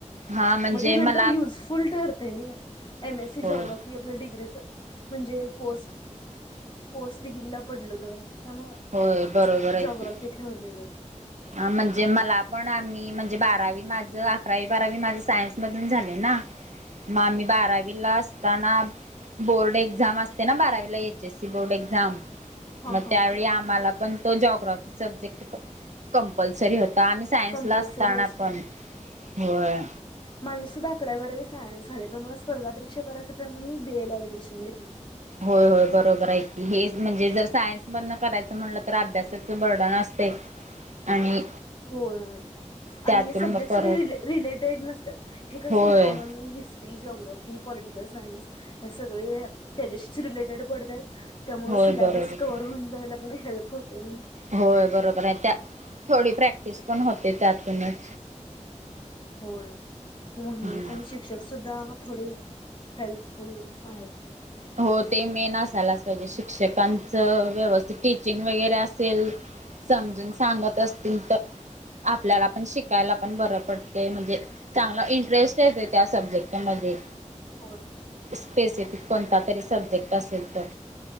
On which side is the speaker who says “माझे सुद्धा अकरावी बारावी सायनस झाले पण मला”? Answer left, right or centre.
Left